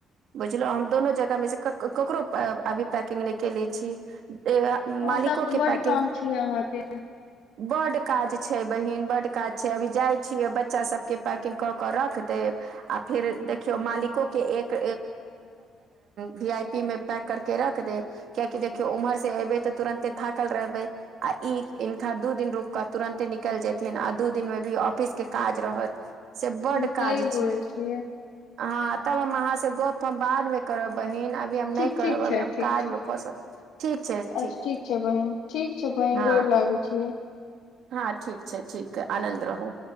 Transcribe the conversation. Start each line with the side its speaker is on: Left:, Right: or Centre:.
Right: बुझलहु हम दुनू जगह मे से ककरो अभी पैकिंग नहि केेले छी। ए, मालिको
Left: ह तब तऽ
Right: के पैकिंग
Left: बड्ड काम छीय अहाँके।
Right: बड काज छै। बहिन बड काज छै अभी जाइ छियै बच्चा सबके पैकिंग कऽ के रख देब आ फेर देखियौ मालिको के एक भी आई पी मे पैक करके रख देब कियकि देखियौ उम्हर से एबै तऽ तुरंते थाकल रहबै? आ ई इनका दू दिन रूक क तुरन्ते निक कल जेथिन आ दू दिन मे भी ऑफिस के काज रहत। से बड
Left: हम्म, सही
Right: काज
Left: बोलै
Right: छै
Left: छियै
Right: अहाँ। तब हम अहाँ से गप हम बाद मे करब बहिन। अभी हम
Left: ठीक
Right: नहि
Left: ठीक
Right: करब
Left: छै
Right: अभी हम
Left: ठीक
Right: काज
Left: छै
Right: मे फोसब ठीक छै ठीक।
Left: अच्छा छै बहिन ठीक छै बहिन
Right: हँ
Left: गोर लागे छी।
Right: हँ ठीक छै ठीक छै आनन्द रहू।